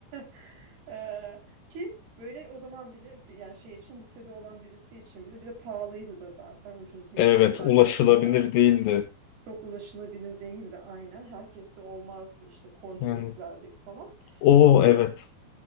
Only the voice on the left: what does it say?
Evet,
ulaşılabilir
değildi.
Yani,
o
evet,